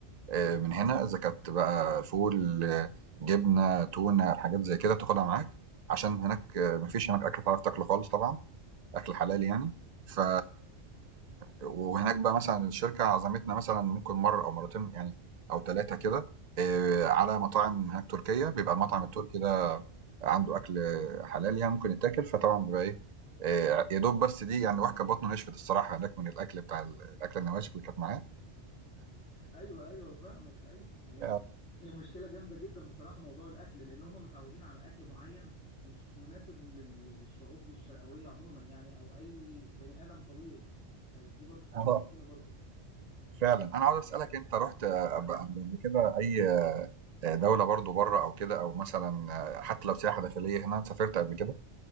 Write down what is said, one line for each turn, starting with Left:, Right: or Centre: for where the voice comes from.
Right: آآ من هنا، إذا كانت بقى فول، آه، جبنة، تونة، حاجات زي كده بتاخدها معاك، عشان هناك ما فيش هناك أكل تعرف تاكله خالص طبعًا. أكل حلال يعني ف وهناك بقى مثلًا الشركة عزمتنا مثلًا ممكن مرّة أو مرّتين يعني أو 3 كده آآ على مطاعم هناك تركية، بيبقى المطعم
Left: امم
Right: التركي ده عنده أكل حلال يعني ممكن يتاكل، فطبعًا بيبقى إيه، آآ يا دوب بس دي يعني الواحد كانت بطنه نشفت الصراحة هناك من الأكل بتاع ال الأكلة النواشف اللي كانت معاه
Left: ايوه ايوه فاهمك ايوه هي
Right: آه،
Left: هي مشكلة جامدة جدا بصراحة موضوع الأكل لأن هم متعودين على أكل معين مش مناسب لل- للشعوب الشرقوية عموما يعني أو أي بني آدم طبيعي فدي برضو بتبقى
Right: آه
Left: مشكلة برضو هناك
Right: فعلًا. أنا عاوز أسألك أنت رُحت قب
Left: وه...
Right: قبل قبل كده أي آه، دولة برضه برّه أو كده أو مثلًا آه، حتى لو سياحة داخلية هنا، سافرت قبل كده؟